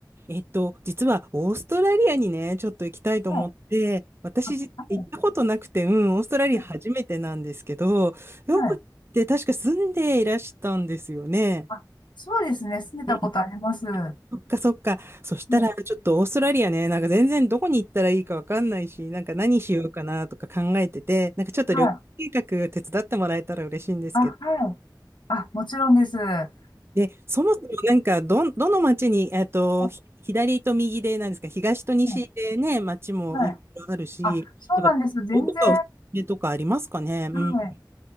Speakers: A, on the right; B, on the left.
A: えっと、実はオーストラリアにね、ちょっと行きたいと思って、
B: はい、
A: 私実は行ったことなくて、
B: あ、はい、
A: うん、オーストラリア初めてなんですけど、
B: は
A: ようこって確か住んでいらしたんですよね。
B: い、はいあはいはいあそうですね。住んでたことあります。
A: うん、
B: は
A: そっかそっか。そしたらちょっとオーストラリアね、
B: い、
A: なんか全然どこに行ったらいいかわかんないし、なんか何しようかなとか考えてて、なんかちょっと旅行計画手伝ってもらえたら嬉しいんですけど。
B: はい、あ、はい。あ、もちろんです。はい、
A: で、そもそもなんか、ど、どの町に、えっと、
B: はい、
A: ひ左と右で、なんですか、東と西でね、
B: はい。
A: 町もいろいろあるし、
B: はいあ、そうなんです。
A: なんか、
B: 全然、
A: どこかおすすめとかありますかねうん。
B: はい。